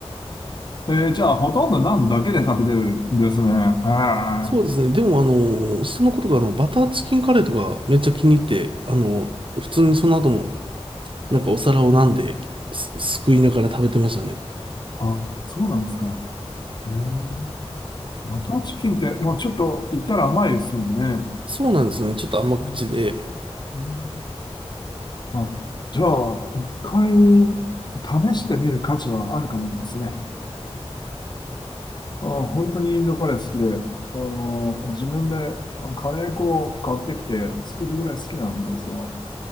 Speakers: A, on the left (about 40°); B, on the right (about 50°).
A: えーじゃあ、ほとんどナンだけで食べてるんですね。へー
B: そうですね。でもあの、下の子とかあの、バターチキンカレーとかめっちゃ気に入って、あの、普通にその後も、なんかお皿をナンです、すくいながら食べてましたね。
A: あ、そうなんですか。ねえバターチキンって、まあ、ちょっと言ったら甘いですよね。
B: そうなんですね。ちょっと甘口で。
A: うんうんあ、じゃあ、一回試してみる価値はあるかもですね。あー本当にインドカレー好きで、あの、自分であのカレー粉を買ってきて作るぐらい好きなんですよ。